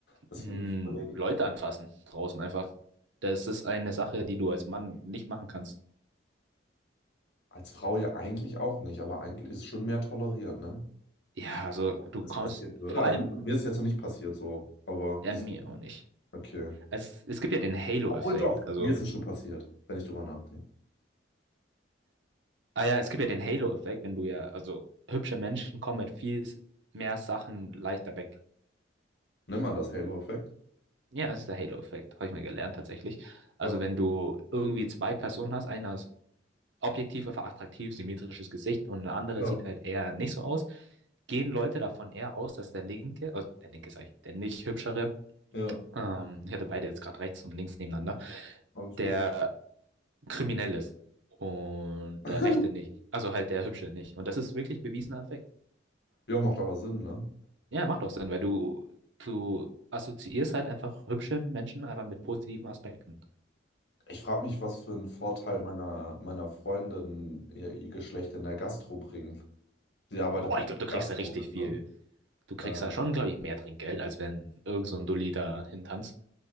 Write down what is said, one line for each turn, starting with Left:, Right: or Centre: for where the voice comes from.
Left: Das
Right: Hm,
Left: über- ich überlege ich
Right: Leute
Left: gerade.
Right: anfassen draußen einfach. Das ist eine Sache, die du als Mann nicht machen kannst.
Left: Als Frau ja eigentlich auch nicht, aber eigentlich ist es schon mehr toleriert, ne?
Right: Ja, also du
Left: Wenn
Right: kommst
Left: es passieren würde.
Right: vor
Left: Also
Right: allem,
Left: mir ist es jetzt noch nicht passiert so, aber
Right: ja,
Left: es
Right: mir
Left: ist,
Right: auch nicht.
Left: okay.
Right: Es, es gibt ja den Halo-Effekt.
Left: Obwohl doch,
Right: Also,
Left: mir ist es schon passiert, wenn ich drüber nachdenke.
Right: ah ja, es gibt ja den Halo-Effekt, wenn du ja, also hübsche Menschen kommen mit viel mehr Sachen leichter weg.
Left: Nimm man das Halo-Effekt?
Right: Ja, es ist der Halo-Effekt, habe ich mal gelernt tatsächlich. Also,
Left: Krass.
Right: wenn du irgendwie zwei Personen hast, einer objektiv einfach attraktiv, symmetrisches Gesicht und eine andere
Left: Ja,
Right: sieht halt eher nicht so aus, gehen Leute davon eher aus, dass der linke, also der linke sag ich, der nicht hübschere,
Left: ja,
Right: ähm, ich hatte beide jetzt gerade rechts und links nebeneinander,
Left: alles
Right: der
Left: gut.
Right: kriminell ist und
Left: <laughs>
Right: der rechte nicht, also halt der hübsche nicht. Und das ist wirklich ein bewiesener Effekt.
Left: Ja, macht aber Sinn, ne?
Right: Ja, macht auch Sinn, weil du, du assoziierst halt einfach hübsche Menschen einfach mit positiven Aspekten.
Left: Ich frage mich, was für einen Vorteil meiner, meiner Freundin ihr, ihr Geschlecht in der Gastro bringt. Sie arbeitet
Right: Boah,
Left: halt
Right: ich glaube,
Left: in der
Right: du kriegst
Left: Gastro,
Right: da richtig
Left: ne?
Right: viel. Du kriegst
Left: Äh,
Right: da schon, glaube ich, mehr Trinkgeld, als wenn irgend so ein Dulli da hintanzt.